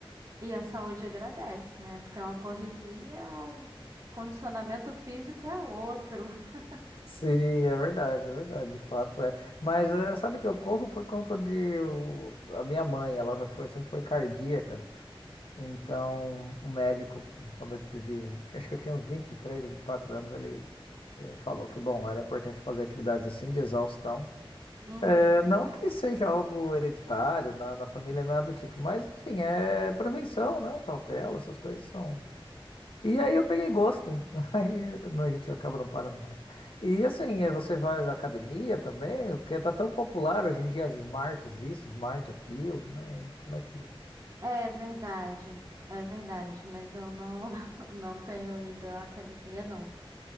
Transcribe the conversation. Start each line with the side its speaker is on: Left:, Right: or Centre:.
Right: E a saúde agradece, né? Porque é uma corridinha, o condicionamento físico é outro. <laughs>
Left: Sim, é verdade, é verdade, de fato é. Mas eh, sabe que eu corro por conta de o- a minha mãe, ela já foi, sempre foi cardíaca. Então, o médico, quando eu tive, acho que eu tinha uns 23 ou 24 anos, ele eh, falou que, bom, era importante fazer atividades assim de exaustão.
Right: Uhum.
Left: Eh, não que seja algo hereditário na, na família, nada do tipo, mas enfim, é prevenção, né? Cautela, essas coisas são, e aí eu peguei gosto. <laughs> Aí não, a gente acaba não parando mais. E assim, eh, você vai à academia também, porque tá tão popular hoje em dia as smarts, isso, smart aquilo, né? Como é que.
Right: É verdade. É verdade, mas eu não, <laughs> não tenho ido à academia, não.